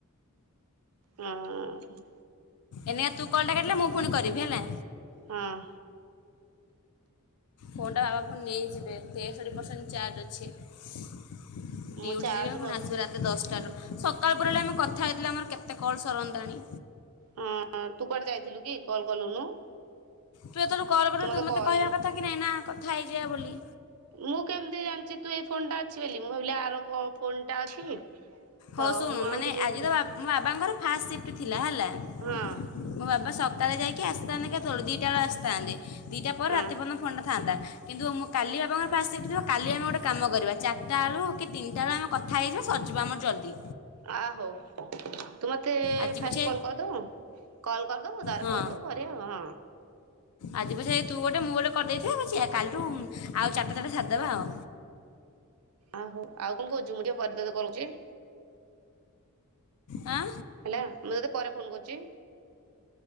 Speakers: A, on the right; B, on the left.
A: ହୁଁ।
B: ଏଇନିକା ତୁ କଲ୍ ଟା କାଟିଲେ ମୁଁ ପୁଣି କରିବି ହେଲା।
A: ହଁ।
B: ଫୋନ୍ଟା ଟା ବାବା ଫୁଣି ନେଇଯିବେ ତେଷଠି ପରସେଣ୍ଟ ଚାର୍ଜ ଅଛି।
A: ମୁଁ
B: ଡିଉଟି
A: ଚାର୍ଜ
B: ଯିବେ ପୁଣି
A: ବସି
B: ଆସିବ ରାତି ତି ଦଶଟାରୁ ସକାଳ ପରେଳେ ଆମେ କଥା ହେଇଥିଲେ ଆମର କେତେ କଲ୍ ସରନ୍ତାଣି।
A: ହଁ ତୁ କୁଆଡେ ଯାଇଥିଲୁ କି କଲ୍ କଲୁନୁ?
B: ତୁ ଏତେଳୁ କଲ୍ କରୁ
A: ମତେ
B: ତୁ ମୋତେ
A: କହିଲୁନୁ
B: କହିବା କଥା କି ନାହିଁ ନା କଥା ହେଇଯିବା ବୋଲି।
A: ମୁଁ କେମିତି ଜାଣିଚି ତୁ ଏଇ ଫୋନ ଟା ଅଛି ବୋଲି ମୁଁ ଭାବିଲି ଆର କ ଫୋନ ଟା ଅଛି। ତ
B: ହଉ ଶୁଣୁ
A: ମୁଁ ଆଉ
B: ମାନେ
A: କିଛି ହଁ
B: ଆଜି ତ ବା ମୋ ବାବାଙ୍କର ଫାଷ୍ଟ ସିଫ୍ଟ ଥିଲା ହେଲା।
A: ହଁ।
B: ମୋ ବାପ ସକାଳେ ଯାଇକି ଆସିଥାନ୍ତେ କେ ତବେଳେ ଦିଟା ବେଳେ ଆସିଥାନ୍ତେ ଦୁଇଟା ପରେ
A: ହଁ
B: ରାତି ପନ୍ତ ଫୋନ ଟା ଥାନ୍ତା। କିନ୍ତୁ ମୁଁ କାଲି ବାପାଙ୍କର ଫାଷ୍ଟ ସିପ୍ଟ ଥିବ କଲି ଆମେ ଗୋଟେ କାମ କରିବା ଚାରିଟା ବେଳୁ କି ତିନିଟା ବେଳେ ଆମେ କଥା ହେଇଯିବା ସରିଯିବା ଆମର ଜଲଦି।
A: ଆ ହୋଉ ତୁ ମତେ
B: ଆଜି
A: ଫାଷ୍ଟ
B: ପଛେ
A: କଲ୍ କରିଦବୁ କଲ୍ କରିଦବୁ ତାରେ
B: ହଁ
A: କହିଦବୁ କଇ ଦେ ହଁ।
B: ଆଜି ପଛେ ତୁ ଗୋଟେ ମୁଁ ଗୋଟେ କରିଦେଇଥିବା ପଛିକା କାଲିଠୁ ଆଉ ଚାଟା ଚାଟା ସାରିଦେବା ଆଉ।
A: ଆ ହୋ ଆଉ କଣ କହୁଚୁ ମୁଁ ଟିକେ ପରେ ତତେ କରୁଚି?
B: ହଁ
A: ହେଲା ମୁଁ ତତେ ପରେ ଫୋନ କରୁଚି।